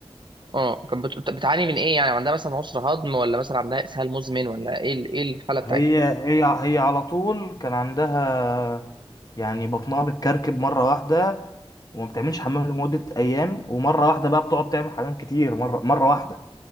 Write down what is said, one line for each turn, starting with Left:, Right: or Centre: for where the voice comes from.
Right: اه كانت بت- بتعاني من ايه يعني عندها مثلا عسر هضم ولا مثلا عندها اسهال مزمن ولا ايه ال- ايه الحاله
Left: هي
Right: بتاعتها
Left: هي هي على طول كان عندها يعني بطنها بتكركب مرة واحدة وما بتعملش حمام لمدة أيام ومرة واحدة بقى بتقعد تعمل حمام كتير مرة مرة واحدة